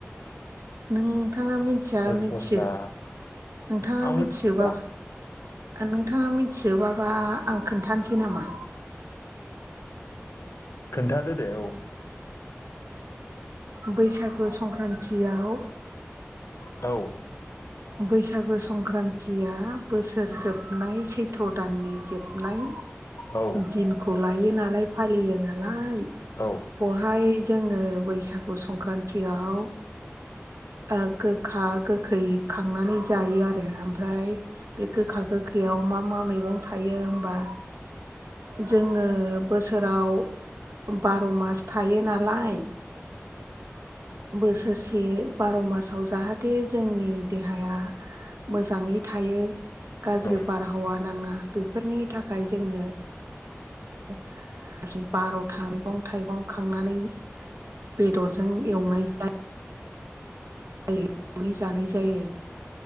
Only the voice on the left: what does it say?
फस्ला
आं
मिथिजोबा
खोन्थादो दे औ
औ
औ
औ
औ